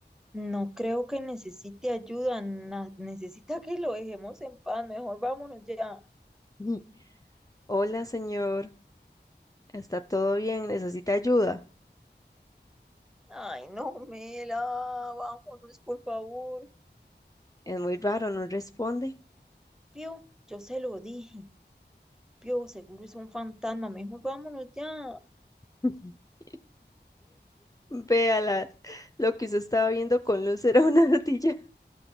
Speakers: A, in the centre; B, on the left (about 20°).
A: No creo que necesite ayuda, na- necesita que lo dejemos en paz, mejor vámonos ya.
B: <laughs> Hola, señor. ¿Está todo bien? ¿Necesita ayuda?
A: Ay, no, Mela, vámonos, por favor.
B: Es muy raro, no responde.
A: Pío, yo se lo dije. Pío, seguro es un fantasma, mejor vámonos ya.
B: <laughs> Véala, lo que usted estaba viendo con luz era una <laughs> ardilla,